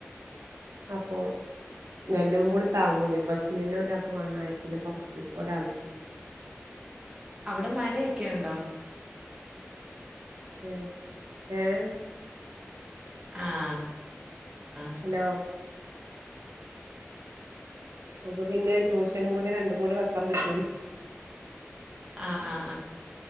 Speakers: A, on the right; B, on the right.
A: ആപ്പോ എല്ലവു കൂടി താങ്ങൂലേ ബസ്സിനെന്നെ ഒരാക്ക് വാണം ആയിരത്തിന്റെ പൊറത്ത് ഒരാൾക്ക്.
B: അവിടെ മഴയൊക്കെയുണ്ടോ?
A: അ് ഏഹ്
B: ആഹ് അ
A: ഹലോ അപ്പൊ പിന്നെ ട്യൂഷനും കൂടി രണ്ടും കൂടി വെക്കാൻ പറ്റൂലേ.
B: ആഹ് ആഹ് ആഹ്